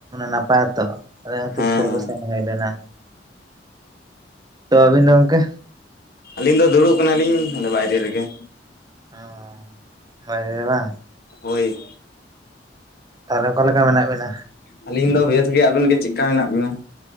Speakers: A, on the right; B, on the left.
A: ᱱᱟᱯᱟᱭᱟ ᱛᱚ᱾ ᱟᱱᱟ ᱠᱷᱟᱹᱛᱤᱨ
B: ᱦᱮᱸ
A: ᱠᱷᱮᱞ
B: ᱦᱮᱸ
A: ᱠᱚ ᱥᱮᱱ ᱦᱩᱭ ᱞᱮᱱᱟ᱾ ᱛᱚ ᱟᱵᱤᱱ ᱫᱚ ᱜᱚᱝᱠᱮ?
B: ᱟᱹᱞᱤᱧ ᱫᱚ ᱫᱩᱲᱩᱵ ᱠᱟᱱᱟᱞᱤᱧ᱾ ᱚᱸᱰᱮ ᱵᱟᱭᱨᱮ ᱨᱮᱜᱮ
A: ᱚᱸᱻ ᱵᱟᱭᱨᱮ ᱵᱟ
B: ᱦᱳᱭ
A: ᱛᱟᱦᱞᱮ ᱚᱠᱟᱞᱮ ᱞᱮᱠᱟ ᱢᱮᱱᱟᱜ ᱵᱤᱱᱟ?
B: ᱟᱹᱞᱤᱧ ᱫᱚ ᱵᱮᱥ ᱜᱮ ᱟᱹᱵᱤᱱ ᱜᱮ ᱪᱮᱫᱠᱟ ᱢᱮᱱᱟᱜ ᱵᱤᱱᱟ?